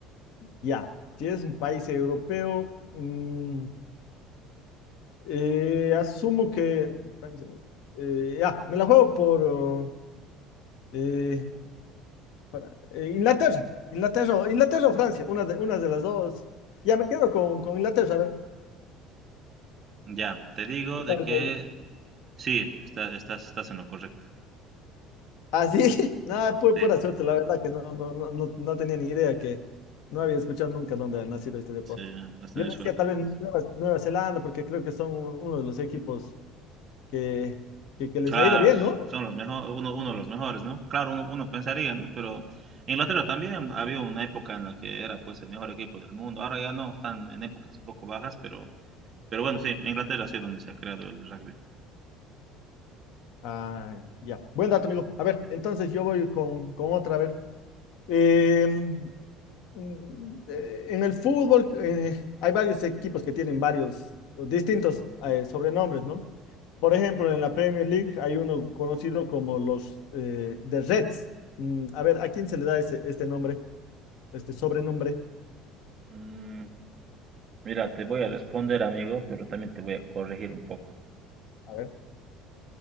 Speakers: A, on the left; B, on the right.
A: Ya, si es un país europeo, mm, eh, asumo que... Francia, no. Eh, ya, me la juego por oh, eh, para- eh, Inglaterra, Inglaterra, o- Inglaterra o Francia, una de, una de las dos. Ya me quedo con, con Inglaterra, a ver.
B: Ya, te digo
A: ¿qué tal
B: de que
A: me ha ido?
B: sí, está- estás, estás en lo correcto.
A: Ah, sí, <laughs> nada, pu-
B: Sí,
A: pura suerte, la verdad que no, no, no, no, no tenía ni idea que no había escuchado nunca dónde ha nacido este deporte.
B: sí, has tenido
A: Yo decía
B: suerte
A: tal
B: entonces.
A: vez Nueva, Nueva Zelanda, porque creo que son uno de los equipos que, que, que les
B: Claro,
A: ha ido bien,
B: s-
A: ¿no?
B: son los mejores, uno, uno de los mejores, ¿no? Claro, uno, uno pensaría, ¿no? Pero Inglaterra también había una época en la que era pues el mejor equipo del mundo. Ahora ya no, están en épocas un poco bajas, pero, pero bueno, sí, Inglaterra ha sido donde se ha creado el rugby.
A: Ah, ya. Buen dato, amigo. A ver, entonces yo voy con, con otra. A ver, Em, mm, eh, en el fútbol eh, hay varios equipos que tienen varios o distintos eh, sobrenombres, ¿no? Por ejemplo, en la Premier League hay uno conocido como los eh, The Reds. Mm, a ver, ¿a quién se le da ese, este nombre, este sobrenombre?
B: Mm, Mira, te voy a responder, amigo, pero también te voy a corregir un poco.
A: A ver.